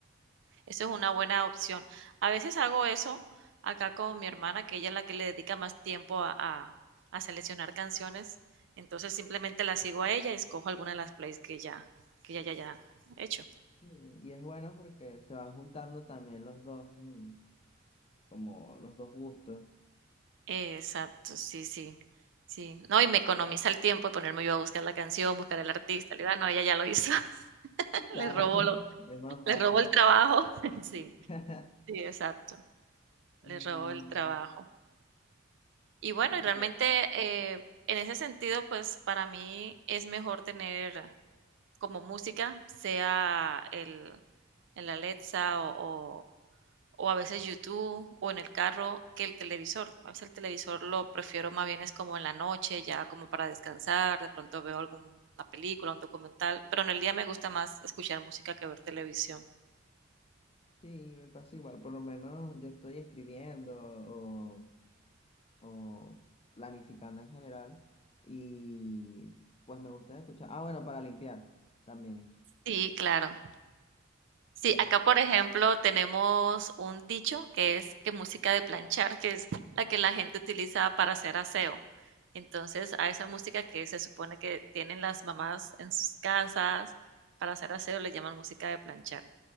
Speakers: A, on the right; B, on the left.
A: Eso es una buena opción. A veces hago eso acá con mi hermana, que ella es la que le dedica más tiempo a, a- a seleccionar canciones. Entonces simplemente la sigo a ella y escojo alguna de las plays que ya, que ya ya ya hecho.
B: Mm, Y es bueno porque se van juntando también los dos, mm, como los dos gustos.
A: Exacto, sí, sí, sí. No, y me economiza el tiempo de ponerme yo a buscar la canción, buscar al artista. Le digo, "Ah, no, ella ya lo hizo. <laughs>
B: Claro,
A: Le robó
B: <laughs>
A: lo,
B: es más fácil.
A: le robó el trabajo. <laughs> Sí,
B: <laughs>
A: sí, exacto.
B: Mm,
A: Le robó el trabajo. Y bueno,
B: bueno,
A: y realmente eh, en ese sentido, pues para mí es mejor tener como música, sea el, el Alexa o, o, o a veces YouTube o en el carro que el televisor. A veces el televisor lo prefiero más bien es como en la noche, ya como para descansar, de pronto veo alguna película, un documental, pero en el día me gusta más escuchar música que ver televisión.
B: sí, me pasa igual. Por lo menos yo estoy escribiendo o, o planificando en general. Y pues me gusta escuchar. Ah, bueno, para limpiar también.
A: Sí, claro. Sí,
B: eh,
A: acá por ejemplo tenemos un dicho que es que música de planchar, que es la que la gente utiliza para hacer aseo. Entonces, a esa música que se supone que tienen las mamás en sus casas para hacer aseo le llaman música de planchar.